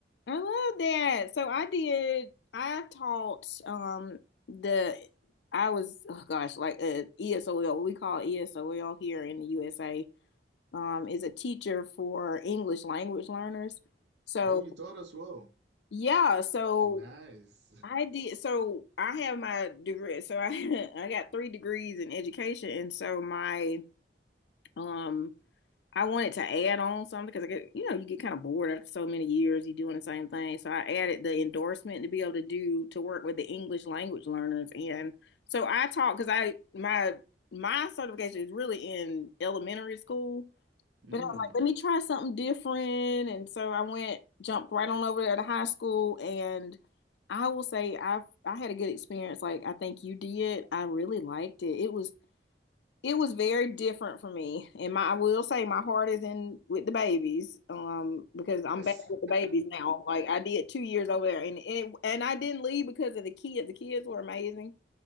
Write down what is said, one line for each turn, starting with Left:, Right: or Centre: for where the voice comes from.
Left: I love that. So I did, I taught um the I was oh gosh, like uh ESOL, we call ESOL here in the USA, um, is a teacher for English language learners. So
Right: Oh, you taught us well.
Left: yeah, so
Right: Nice.
Left: I did so I have my degree. So I <laughs> I got three degrees in education and so my um I wanted to add on something because I get, you know, you get kind of bored after so many years, you doing the same thing. So I added the endorsement to be able to do to work with the English language learners. And so I taught because I my my certification is really in elementary school,
Right: Hmm.
Left: but I was like, let me try something different. And so I went, jumped right on over there to high school, and I will say I I had a good experience. Like I think you did. I really liked it. It was it was very different for me. And my I will say my heart is in with the babies, um, because I'm
Right: <laughs>
Left: back with the babies now. Like I did two years over there and and, it, and I didn't leave because of the kids. The kids were amazing.